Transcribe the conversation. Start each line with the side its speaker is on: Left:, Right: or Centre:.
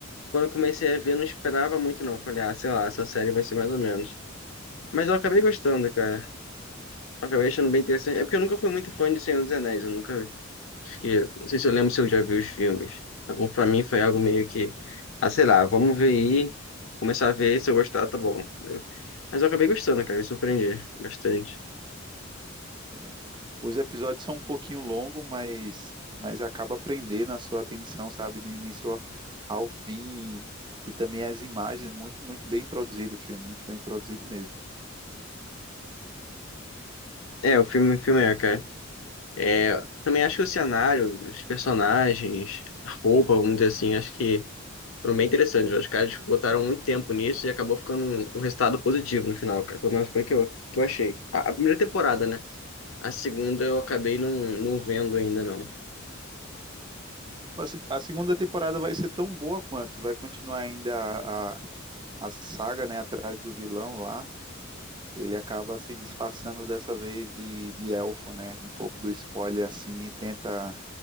Left: quando eu comecei a ver, não esperava muito, não. Falei, ah, sei lá, essa série vai ser mais ou menos. Mas eu acabei gostando, cara. Eu Acabei achando bem interessante. É porque eu nunca fui muito fã de Senhor dos Anéis. Eu nunca. Acho que Não sei se eu lembro se eu já vi os filmes. Então, pra mim foi algo meio que. Ah, sei lá, vamos ver aí. Começar a ver, se eu gostar, tá bom. entendeu? Mas eu acabei gostando, cara. Me surpreendi bastante.
Right: É, Os episódios são um pouquinho longos, mas, mas acaba prendendo a sua atenção, sabe? Do início ao ao fim. E também as imagens. Muito, muito bem produzido o filme. Muito bem produzido mesmo.
Left: É, o filme, o filme é, cara. É, também acho que o cenário, os personagens, a roupa, vamos dizer assim, acho que foram bem interessantes. Os caras botaram muito tempo nisso e acabou ficando um, um resultado positivo no final, cara. Pelo menos foi o que eu, que eu achei. A, a primeira temporada, né? A segunda eu acabei não, não vendo ainda, não.
Right: A se- a segunda temporada vai ser tão boa quanto. Vai continuar ainda a, a- a saga, né? Atrás do vilão lá ele acaba se disfarçando dessa vez de, de elfo, né? Um pouco do spoiler assim e tenta